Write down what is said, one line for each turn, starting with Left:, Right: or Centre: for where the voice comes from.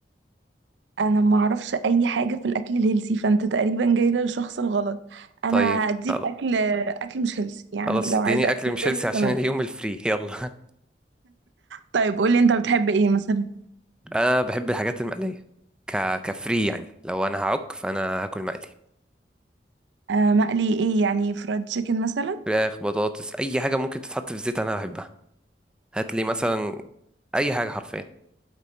Right: انا ما اعرفش اي حاجه في الاكل الهيلثي فانت تقريبا جاي للشخص الغلط انا
Centre: طيب
Right: اديك
Centre: خلاص
Right: اكل اكل مش هيلثي يعني
Centre: خلاص
Right: لو
Centre: اديني
Right: عايزه اكل
Centre: اكل مش
Right: مش هيلثي
Centre: هيلثي عشان
Right: تمام
Centre: اليوم الفري يلا <laughs>
Right: طيب قولي انت بتحب ايه مثلا
Centre: انا بحب الحاجات المقليه ك كفري يعني لو انا هعك فانا هاكل مقلي
Right: آه مقلي ايه يعني فرايد تشيكن مثلا
Centre: فراخ بطاطس اي حاجه ممكن تتحط في الزيت انا بحبها هات لي مثلا اي حاجه حرفيا